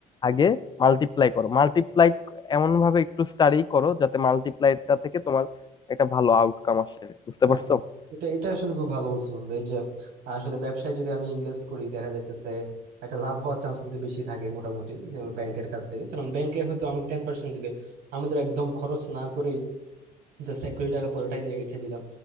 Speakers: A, on the left (about 25°); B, on the right (about 80°).
A: আগে মাল্টিপ্লাই করো মাল্টিপ্লাই এমন ভাবে একটু স্টাডি করো যাতে মাল্টিপ্লাইটা থেকে তোমার একটা ভালো আউটকাম আসে বুঝতে পারছো
B: আচ্ছা আচ্ছা। এটা এটা আসলে খুব ভালো বলছো বন্ধু এই যে আসলে ব্যবসায় যদি আমি ইনভেস্ট করি দেখা যাইতেছে একটা লাভ হওয়ার চান্স কিন্তু বেশি থাকে মোটামুটি যেমন ব্যাংকের কাছ থেকে কারণ ব্যাংকে হয়তো আমাকে টেন পার্সেন্ট দিবে আমি তো একদম খরচ না করে জাস্ট এক কোটি টাকা পুরোটাই রেখে দিলাম